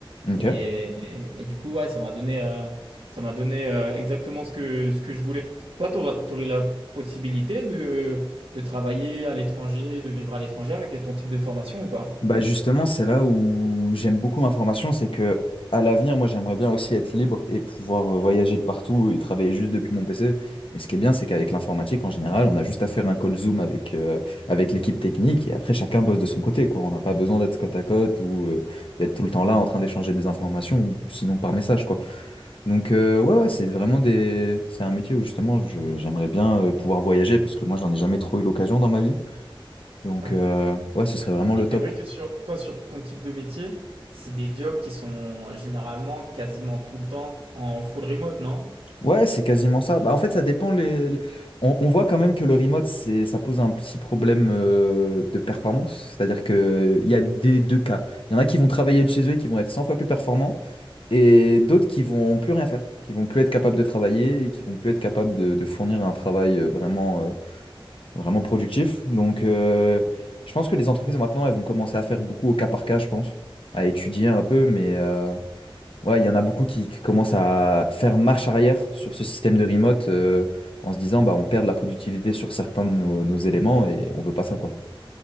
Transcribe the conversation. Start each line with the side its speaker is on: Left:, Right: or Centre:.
Left: ok.
Right: Et, et du coup, ouais, ça m'a donné, euh, ça m'a donné euh, exactement ce que, ce que je voulais. Toi, tu aurais, la possibilité de, de travailler à l'étranger, de vivre à l'étranger avec ton type de formation ou pas?
Left: Bah justement, c'est là où j'aime beaucoup ma formation, c'est que à l'avenir, moi j'aimerais bien aussi être libre et pouvoir euh, voyager de partout et travailler juste depuis mon PC. Et ce qui est bien, c'est qu'avec l'informatique, en général, on a juste à faire un call Zoom avec, euh, avec l'équipe technique et après chacun bosse de son côté, quoi. On n'a pas besoin d'être côte à côte ou euh, d'être tout le temps là en train d'échanger des informations ou sinon par message, quoi. Donc euh, ouais, ouais, c'est vraiment des... c'est un métier où justement je- j'aimerais bien euh, pouvoir voyager parce que moi j'en ai jamais trop eu l'occasion dans ma vie. Donc
Right: Ouais.
Left: euh, ouais, ce serait vraiment
Right: Et
Left: le top.
Right: c'est vrai que sur toi, sur ton type de métier, c'est des jobs qui sont généralement quasiment tout le temps en full remote, non?
Left: Ouais, c'est quasiment ça. Bah, en fait, ça dépend. Les... les- On, on voit quand même que le remote, c'est, ça pose un petit problème euh, de performance. C'est-à-dire qu'il y a des deux cas. Il y en a qui vont travailler de chez eux et qui vont être 100 fois plus performants, et d'autres qui vont plus rien faire, qui vont plus être capables de travailler et qui vont plus être capables de, de fournir un travail euh, vraiment, euh, vraiment productif. Donc, euh, je pense que les entreprises maintenant, elles vont commencer à faire beaucoup au cas par cas, je pense, à étudier un peu, mais. euh, Ouais, il y en a beaucoup qui, qui commencent à faire marche arrière sur ce système de remote euh, en se disant bah on perd de la productivité sur certains de nos, nos éléments et on veut pas ça quoi.